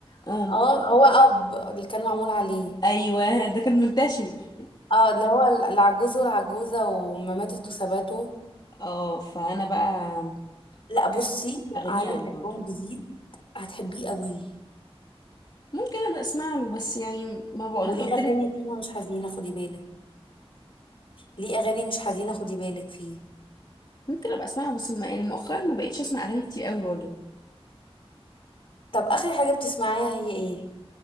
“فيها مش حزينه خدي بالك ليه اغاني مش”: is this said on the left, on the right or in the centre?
Left